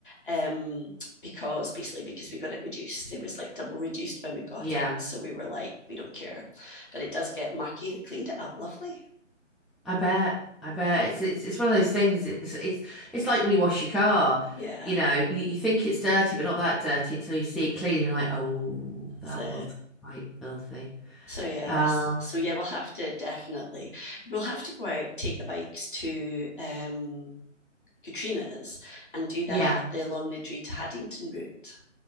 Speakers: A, on the left; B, in the centre.
A: Um, because basically because we got it reduced it was like double reduced when we got
B: Yeah,
A: it so we were like we don't care but it does get mucky and it cleaned it up lovely
B: I bet. I bet it's it's it's one of those things. It's it's it's like when you wash your car.
A: yeah
B: You know, you, you think it's dirty, but not that dirty until you see it clean, and you're like, oh,
A: that's
B: that
A: it
B: was quite filthy.
A: So yes,
B: Um,
A: so yeah, we'll have to definitely we'll have to go out take the bikes to um, Katrina's and do the
B: yeah,
A: ha- the Longnidree to Haddington route.